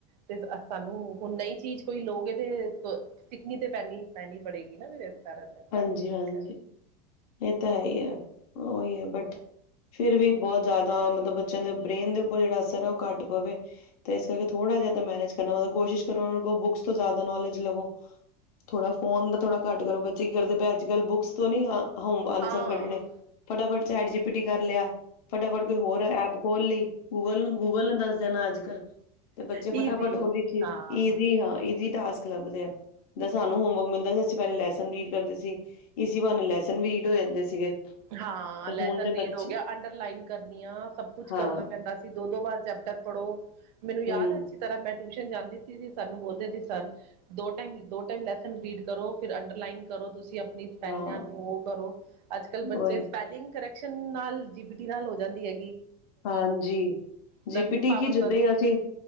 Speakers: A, on the right (about 80°); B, on the left (about 65°).
A: ਤੇ ਸਾਨੂੰ ਹੁਣ ਨਹੀਂ ਚੀਜ਼। ਕੋਈ ਲੋ ਇਹ ਤੇ ਸਿਕਨੀ ਤੇ ਪਹਿ ਪੈਣੀ ਪੜੇਗੀ ਨਾ ਫ ਕਰਨ
B: ਹਾਂਜੀ,
A: ਕਦੇ ਇਹਿਕ
B: ਹਾਂਜੀ ਇਹ ਤਾਂ ਹੈ ਹੀ ਹੈ ਉਹੀ ਹੈ ਬਟ ਫਿਰ ਵੀ ਬਹੁਤ ਜ਼ਿਆਦਾ ਮਤਲਬ ਬੱਚਿਆਂ ਦੇ ਬ੍ਰੇਨ ਦੇ ਉਪਰ ਜਿਹੜਾ ਅਸਰ ਹੈ ਉਹ ਘੱਟ ਪਵੇ ਤੇ ਇਸ ਕਰਕੇ ਥੋੜਾ ਜਿਆਦਾ ਮੈਨੇਜ ਕਰਨਾ ਕੋਸ਼ਿਸ਼ ਕਰੋ ਬੁੱਕਸ ਤੋਂ ਜ਼ਿਆਦਾ ਨਲੇਜ ਲਵੋ ਥੋੜਾ ਫੋਨ ਥੋੜਾ ਘੱਟ ਕਰੋ ਬੱਚੇ ਕੀ ਕਰਦੇ ਅੱਜ ਕੱਲ ਬੁੱਕਸ ਤੋਂ ਨੀ ਹ ਆਂਸਰ
A: ਹਾਂ
B: ਕੱਢਣੇ ਚੈਟ ਜ ਪਿਟੀ ਕਰ ਲਿਆ। ਫਟਾਫਟ ਕੋਈ ਹੋਰ ਐਪ ਖੋਲ ਲਈ--ਗੂਗਲ ਨੂੰ ਗੂਗਲ ਨੂੰ ਦੱਸ ਦੇਣਾ ਅੱਜ ਕੱਲ੍ਹ। ਤੇ ਬੱਚੇ
A: ਈਜ਼ੀ
B: ਫਟਾਫਟ ਓਦੀ ਚੀ
A: ਹਾਂ
B: ਈਜ਼ੀ ਹਾਂ ਈਜ਼ੀ ਟਾਸਕ ਲਭਦੇ ਆਂ ਜ ਸਾਨੂੰ ਹੋਮਵਰਕ ਮਿਲਦਾ ਸੀ ਅਸੀ ਪੈਲੇ ਲੈਸਨ ਰੀਡ ਕਰਦੇ ਸੀ ਇਸੀ ਬਾਨੇ ਲੈਸਨ ਰੀਡ ਹੋ ਜਾਂਦੇ ਸੀਗੇ।
A: ਹਾਂ
B: ਤੇ
A: ਲੈਸਨ
B: ਹੁਣ ਦੇ
A: ਰੀਡ
B: ਬੱਚੇ
A: ਹੋ ਗਿਆ ਅੰਡਰਲਾਈਨ ਕਰਨੀਆਂ ਸਭ ਕੁਛ
B: ਹਾਂ
A: ਕਰਨਾ ਪੈਂਦਾ ਸੀ ਦੋ ਦੋ ਵਾਰ ਚੈਪਟਰ ਪੜ੍ਹੋ। ਮੈਨੂੰ ਯਾਦ
B: ਹਮ
A: ਹੈ ਅੱਛੀ ਤਰ੍ਹਾਂ ਮੈਂ ਟਿਊਸ਼ਨ ਜਾਂਦੀ ਸੀ ਸੀ ਸਾਨੂੰ ਬੋਲਦੇ ਸੀ ਸਰ ਦੋ ਟਾਈਮ ਦੋ ਟਾਈਮ ਲੈਸਨ ਰੀਡ ਕਰੋ ਫਿਰ ਅੰਡਰਲਾਈਨ ਕਰੋ। ਤੁਸੀ ਅਪਣੀ ਸਪੈਲਿੰਗਾਂ
B: ਹਾਂ,
A: ਨੂੰ ਓਹ ਕਰੋ ਅੱਜ ਬੱਚੇ
B: ਉਹੀ
A: ਸਪੈਲਿੰਗ ਕਰੈਕਸ਼ਨ ਨਾਲ ਜੀ ਪੀ ਟੀ ਨਾਲ ਹੋ ਜਾਂਦੀ ਹੈ
B: ਹਾਂਜੀ ਜੀ
A: ਲਰਨਿੰਗ
B: ਪੀ ਟੀ
A: ਪਾਵਰ
B: ਕੀ
A: ਤਾਂ
B: ਜਿੱਦਾਂ
A: ਉਹਦੀ
B: ਹੀ
A: ਤੇ
B: ਅਸੀਂ